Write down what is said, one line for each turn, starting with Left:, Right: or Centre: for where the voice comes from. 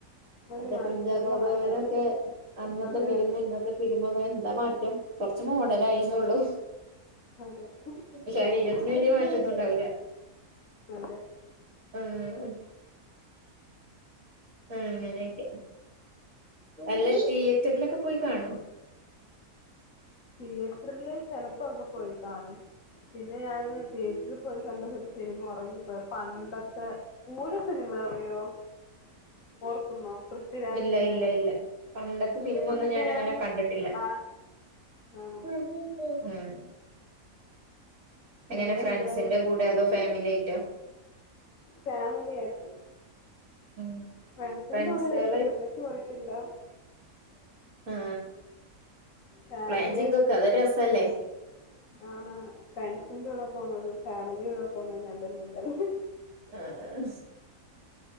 Left: ഒരു
Right: അന്റെ
Left: മാ
Right: കുഞ്ചാക്കോബവനൊക്കെ
Left: നല്ല മാറ്റമുണ്ട്
Right: അന്നത്തെ
Left: അതെ
Right: ഫിലിമും
Left: അതെ
Right: ഇന്നത്തെ ഫിലിംഎന്താ മാറ്റം കൊറച്ച് മോഡലായിന്നുള്ളു.
Left: അതെ അതെ
Right: ശരീരത്തിന്
Left: മോഹം
Right: വലിയ മാറ്റൊന്നും ഉണ്ടാവൂല്ല
Left: അതെ
Right: ഉം ഉം അങ്ങനെയക്കെ അല്ല തിയേറ്ററിലൊക്കെ പോയ് കാണോ
Left: തിയേറ്ററില് ചെലപ്പോക്കെ പോയി കാണും. പിന്നെ ഞാന് തിയേറ്ററിൽ പോയി കണ്ട ഒരു സിനിമ ഉറങ്ങി. ഇപ്പ പണ്ടത്തെ പൂരം സിനിമ അറിയോ ഓർക്കുന്നോ? പൃഥ്വിരാജിന്റെ
Right: ഇല്ല ഇല്ല ഇല്ല പണ്ടത്തെ ഫിലിമൊന്നും
Left: അതൊക്കെ
Right: ഞാൻ
Left: ഞാന്
Right: അങ്ങനെ കണ്ടിട്ടില്ല.
Left: ആ ആ
Right: ആഹ്
Left: പിന്നെന്താ
Right: എങ്ങനെ ഫ്രണ്ട്സിന്റെ കൂടെ അതോ ഫാമിലി ആയിട്ടോ
Left: ഫാമിലി ആയിട്ട്
Right: ഉം
Left: ഫ്രണ്ട്സിന്റെ
Right: ഫ്രണ്ട്സുകളായി
Left: കൂടെ ഒരു സിനിമക്ക് പോയിട്ടില്ല
Right: ആ
Left: ഫാമിലി
Right: പ്ലാൻ ചെയ്തോക്ക് അതൊരു രസല്ലേ.
Left: ആ ഫ്രണ്ട്സിന്റെകൂടെ പോണ തും ഫാമിലിയോടെ പോണതും രണ്ടുംര ണ്ടല്ലേ
Right: <inaudible>